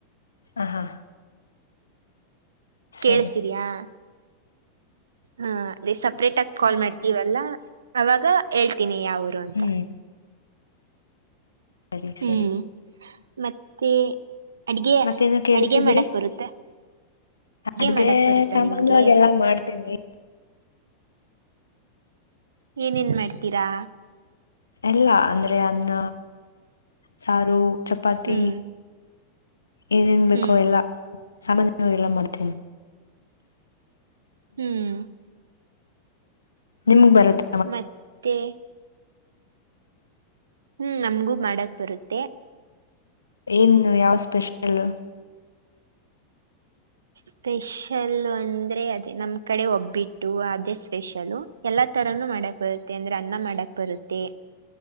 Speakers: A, on the left (about 75°); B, on the right (about 65°).
A: ಹ್ ಹಾ
B: ಕೇಳಸ್ತಿದಿಯಾ.
A: ಸರಿ
B: ಹಾ ಅದೇ ಸಪ್ರೇಟ್ ಆಗ ಕಾಲ್ ಮಾಡ್ತೀವಲ್ಲ ಅವಾಗ ಹೇಳ್ತೀನಿ ಯಾವೂರು ಅಂತ.
A: ಹ್ಮ್ ಸರಿ ಸರಿ
B: ಹ್ಮ್ ಮತ್ತೆ ಅಡ್ಗೆ
A: ಮತ್ತೇನೋ ಕೇಳ್ತಿದ್ರಿ.
B: ಅಡ್ಗೆ ಮಾಡಕ್ ಬರುತ್ತೆ
A: ಅಡ್ಗೆ
B: ಮಾಡಕ್ ಬರುತ್ತಾ
A: ಸಮಾನ್ಯವಾಗೆಲ್ಲಾ
B: ನಿಮ್ಗೆ
A: ಮಾಡ್ತೀವಿ.
B: ಏನೇನ್ ಮಾಡ್ತೀರಾ.
A: ಎಲ್ಲಾ ಅಂದ್ರೆ ಅನ್ನ ಸಾರು ಚಪಾತಿ.
B: ಹ್ಮ್
A: ಏನೇನ್ ಬೇಕೋ
B: ಹ್ಮ್
A: ಎಲ್ಲಾ ಸಾಮಾನ್ಯ. ಎಲ್ಲಾ ಮಾಡ್ತೀನಿ.
B: ಹ್ಮ್
A: ನಿಮ್ಗ್ ಬರುತ್ತ್
B: ಮತ್ತೆ ಹ್ಮ್ ನಮಗೂ ಮಾಡಕ್ ಬರುತ್ತೆ
A: ಏನು ಯಾವ ಸ್ಪೆಷಲ್
B: ಸ್ಪೆಷಲ್ ಅಂದ್ರೆ ಅದೇ ನಮ್ಮ್ ಕಡೆ ಒಬ್ಬಿಟ್ಟು ಅದೇ ಸ್ಪೆಷಲ್ಲು ಎಲ್ಲಾ ತರನು ಮಾಡಕ್ ಬರುತ್ತೆ ಅಂದ್ರೆ ಅನ್ನ ಮಾಡಕ್ ಬರುತ್ತೆ